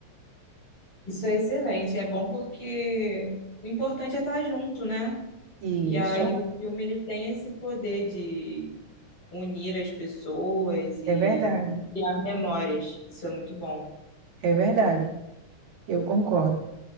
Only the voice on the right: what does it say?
E
Isso.
É verdade,
é verdade. Eu concordo.